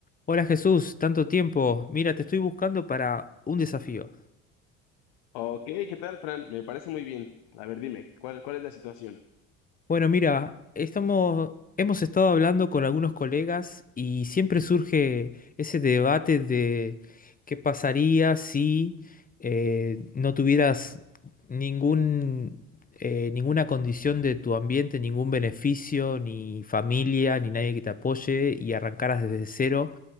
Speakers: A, on the left; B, on the left.
A: Hola Jesús, tanto tiempo. Mira, te estoy buscando para un desafío.
B: Ok, ¿qué tal, Fran? Me parece muy bien. A ver, dime, ¿cuál, cuál es la situación?
A: Bueno, mira, estamos, hemos estado hablando con algunos colegas y siempre surge ese debate de qué pasaría si eh, no tuvieras ningún, eh, ninguna condición de tu ambiente, ningún beneficio, ni familia, ni nadie que te apoye y arrancaras desde cero.